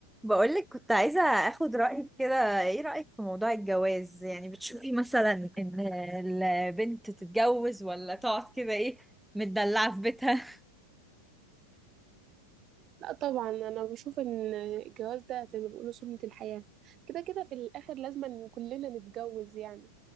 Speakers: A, in the centre; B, on the right.
A: بقولك كنت عايزة اخد رأيك كده ايه رأيك في موضوع الجواز يعني بتشوفي مثلا ان البنت تتجوز ولا تقعد كده ايه متدلعة في بيتها
B: لا طبعا انا بشوف ان الجواز ده زي ما بيقولوا سنة الحياة كده كده في الاخر لازم إن كلنا نتجوز يعني